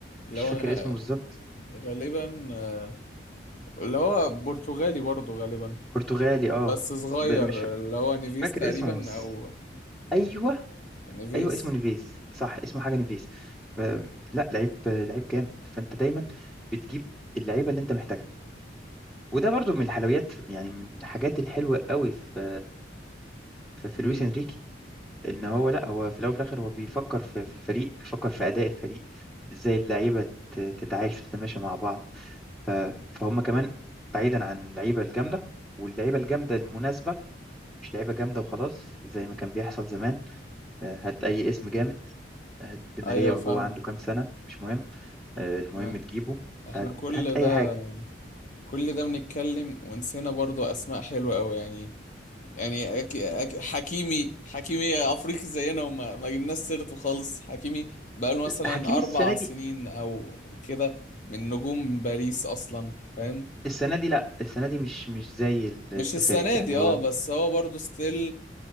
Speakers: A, on the left; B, in the centre.
A: لو
B: مش فاكر
A: انا
B: اسمه بالظبط
A: غالبا آه، اللي هو برتغالي برضو غالبا
B: برتغالي اه
A: بس صغير
B: ب- مش فا-
A: اللي هو نيفيس
B: مش فاكر
A: تقريبا
B: اسمه بس
A: او
B: ايوه
A: نيفيس
B: ايوه اسمه نيفيز صح اسمه حاجه نيفيز ب- لا لعيب لعيب جامد فانت دايما بتجيب اللعيبه اللي انت محتاجها وده برضو من الحلويات يعني من الحاجات الحلوه قوي في في, في
A: امم
B: لويس انريكي ان هو لا هو في الاول وفي الاخر هو بيفكر في, في الفريق بيفكر في اداء الفريق ازاي اللعيبه ت- تتعايش وتتماشى مع بعض فهم كمان بعيدا عن اللعيبه الجامده واللعيبه الجامده المناسبه مش لعيبه جامده وخلاص زي ما كان بيحصل زمان آه، هات أي اسم جامد آه، هات دي ماريا
A: ايوه
B: وهو
A: فاهم
B: عنده كام سنة مش مهم آه، المهم
A: انا
B: تجيبه
A: احنا
B: هات
A: كل
B: هات
A: ده
B: أي حاجة
A: كل ده بنتكلم ونسينا برضو اسماء حلوه قوي يعني يعني أك... أك... حكيمي حكيمي افريقي زينا وما ما جبناش سيرته خالص حكيمي بقاله مثلا
B: حكيمي السنة
A: اربع
B: دي
A: سنين او كده من نجوم باريس اصلا فاهم
B: السنة دي لأ السنة دي مش مش زي ال-
A: مش
B: اللي
A: السنه
B: فات يعني
A: دي
B: هو
A: اه بس هو برضو ستيل